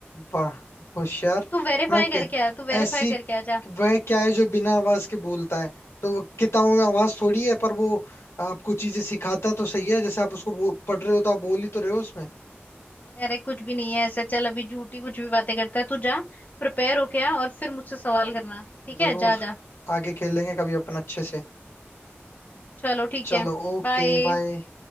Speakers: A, on the left (about 85°); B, on the left (about 40°).
A: वाह होशियार
B: तू वेरीफाई
A: मैं क्या
B: करके आ तू वेरीफाई
A: ऐसी
B: करके आ जा
A: वह क्या है जो बिना आवाज के बोलता है तो वो किताबों में आवाज थोड़ी है पर वो आपको चीजें सिखाता तो सही है जैसे आप उसको बो, पढ़ रहे हो तो आप बोल ही तो रहे हो उसमें
B: अरे कुछ भी नहीं है ऐसे चल अभी झूठी कुछ भी बातें करता है तू जा प्रिपेयर होके आ और फिर मुझसे सवाल करना ठीक
A: जरूर
B: है जा जा
A: आगे खेलेंगे कभी अपन अच्छे से
B: चलो ठीक
A: चलो
B: है
A: ओके
B: बाय
A: बाय